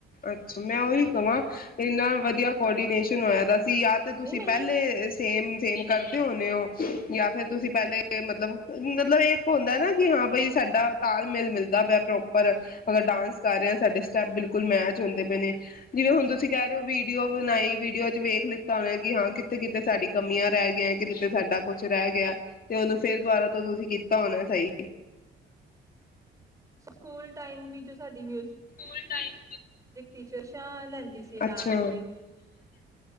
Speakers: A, on the left; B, on the right.
A: ਅ ਮੈਂ ਉਹੀ ਕਵਾਂ ਇੰਨਾ ਵਧੀਆ ਕੋਰਡੀਨੇਸ਼ਨ ਹੋਇਆ ਦਾ ਸੀ ਯਾ‌ ਤੇ ਤੁਸੀਂ
B: ਨਹੀਂ ਮੈਂ
A: ਪਹਿਲੇ ਸੇਮ ਸੇਮ ਕਰਦੇ ਹੋਣੇ ਹੋ ਯਾ ਫਿਰ ਤੁਸੀਂ ਪਹਿਲੇ ਤੇ ਮਤਲਬ, ਮਤਲਬ ਇਹ ਹੁੰਦਾ ਨਾ ਕੀ ਹਾਂ ਬਈ ਸਾਡਾ ਤਾਲਮੇਲ ਮਿਲ <unintelligible> ਕੈ ਉੱਪਰ ਅਗਰ ਡਾਂਸ ਕਰ ਰਿਹਾ ਸਾਡੇ ਸਟੈਪ ਬਿਲਕੁਲ ਮੈਚ ਹੁੰਦੇ ਪਏ ਨੇ ਜਿਵੇਂ ਹੁਣ ਤੁਸੀਂ ਕਹਿ ਰਹੇ ਹੋ ਵੀਡੀਓ ਬਣਾਈ, ਵੀਡੀਓ ਚ ਵੇਖ ਲਿੱਤਾ ਹੋਣਾ ਕਿ ਹਾਂ ਕਿੱਥੇ-ਕਿੱਥੇ ਸਾਡੀ ਕਮੀਆਂ ਰਹਿ ਗਈਆਂ, ਕਿੱਥੇ-ਕਿੱਥੇ ਸਾਡਾ ਕੁਛ ਰਹਿ ਗਿਆ ਤੇ ਉਹਨੂੰ ਫਿਰ ਦੁਬਾਰਾ ਤੋਂ ਤੁਸੀਂ ਕੀਤਾ ਹੋਣਾ ਐ ਸਹੀ।
B: ਸਕੂਲ ਟਾਈਮ ਵਿੱਚ ਸਾਡੀ ਮਯੁਸ
A: ਫੁਲ ਟਾਈਮ
B: ਤੇ ਟੀਚਰ ਸ਼ਾਂ ਲੈਂਦੀ ਸੀ ਡਾਂਸ
A: ਅੱਛਾ।
B: ਵਿੱਚ।